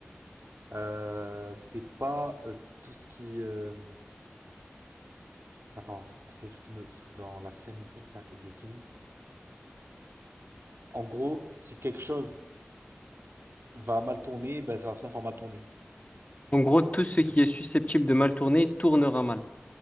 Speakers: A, on the right (about 85°); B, on the left (about 35°).
A: Euh, c'est pas euh, tout ce qui. euh, Attends, c'est juste me- parce que dans la scène exacte du film. En gros, si quelque chose va mal tourner, ben ça va finir par mal tourner.
B: En gros, tout ce qui est susceptible de mal tourner tournera mal.